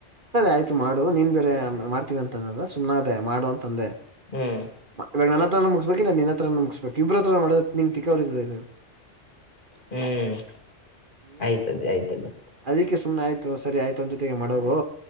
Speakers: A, on the right; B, on the left.
A: ಸರಿ ಆಯ್ತು ಮಾಡು ನೀನ್ ಬೇರೆ ಮಾಡ್ತೀನಿ ಅಂತಂದ್ರೆ ಸುಮನೆ ಅದೇ ಮಾಡು ಅಂತ ಅಂದೆ
B: ಹ್ಮ್
A: <unintelligible> ಮುಗ್ಬೇಕ ಇಲ್ಲ ನಿನ್ನ ಹತ್ರ ಮುಗ್ಬೇಕು ಇಬ್ರಾತ್ರನು ಮಡಕೆನ್ <unintelligible>
B: ಹ್ಮ್
A: ಏನ್
B: ಆಯ್ತದೆ
A: ಮಾಡ್ಲಿ
B: ಆಯ್ತದೆ
A: ಅಧಿಕ ಸುನೆ ಆಗಿದ್ ಸರಿ ಆಯ್ತು ಅವನ್ ಜೊತೆಗೆ ಮಾಡೋಗು